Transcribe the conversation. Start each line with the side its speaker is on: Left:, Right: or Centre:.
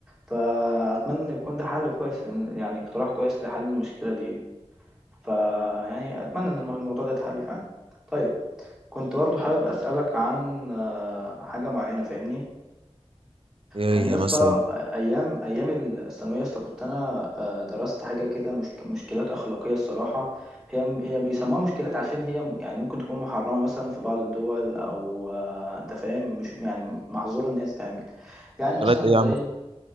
Centre: فأتمنى يكون ده حل كويس يعني اقتراح كويس لحل المشكلة دي فيعني أتمنى إن الموضوع ده يتحل فعلا طيب كنت برضو حابب أسألك عن آه، حاجة معينة فاهمني
Right: إيه
Centre: كان يا
Right: هي
Centre: اسطى
Right: مثلا
Centre: ايام ايام الثانويه يا اسطى كنت انا آه، درست حاجه كده مشك... مشكلات اخلاقيه الصراحه هي هي بيسموها مشكلات عشان هي يعني ممكن تكون محرمه مثلا في بعض الدول او آه، انت فاهم مش يعني محظور ان هي تتعمل يعني مثلا
Right: دلوقتي إيه
Centre: زي
Right: يا عم